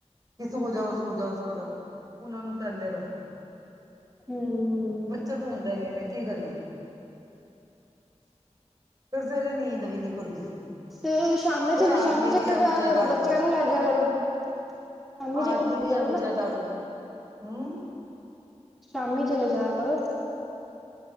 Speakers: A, on the right; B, in the centre.
A: ਕਿ ਸੋ ਜਾੳ ਸੋ ਜਾੳ ਸੋ ਜਾਣ, ਉਨਾ ਨੂੰ ਕੈਂਦੇ ਰੳ।
B: ਹਮ
A: ਬੱਚੇ ਤੇ ਸੁਂਦੇ ਨੀ ਇਨ ਕੀ ਕਰੀਏ ਫੇਰ ਸਵੇਰੇ ਨੀਂਦ ਵੀ ਨੀ ਖੁੱਲਦੀ।
B: ਤੇ ਸ਼ਾਮ
A: ਫਿਰ
B: ਚ
A: ਆਦਮੀ
B: ਸ਼ਾਮੀ ਚਲ
A: ਵੀ ਇਹੋ
B: ਜਾਆ
A: ਜਿਹਾ
B: ਕਰੋ,
A: ਦਾਰੂਬਾਜ਼
B: ਬੱਚਿਆਂ ਨੂੰ ਲੈ ਜਾਆ ਕਰੋ। ਸ਼ਾਮੀ ਚਲੇ
A: ਆਦਮੀ
B: ਜਾਇਆ
A: ਵੀ
B: ਕਰੋ
A: ਏਵੋ
B: ਨਾ
A: ਜਿਆ ਦਾਰੂ ਹੂੰ
B: ਸ਼ਾਮੀ ਚਲੇ ਜਾਆ ਕਰੋ।